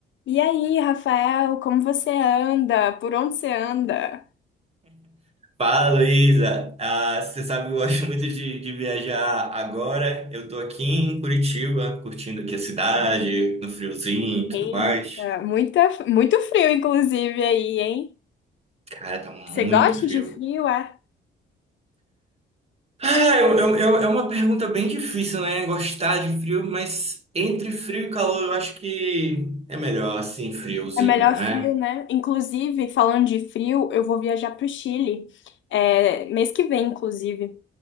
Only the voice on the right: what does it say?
Fala, Luísa. Ah, você sabe, que eu gosto muito de, de viajar agora. Eu tô aqui em Curitiba, curtindo aqui a cidade, no friozinho e tudo
mais.
Cara, tá muito
frio.
Ah, eu- eu- eu- é uma pergunta bem difícil, né? Gostar de frio, mas entre frio e calor, eu acho que é melhor assim, friozinho,
né?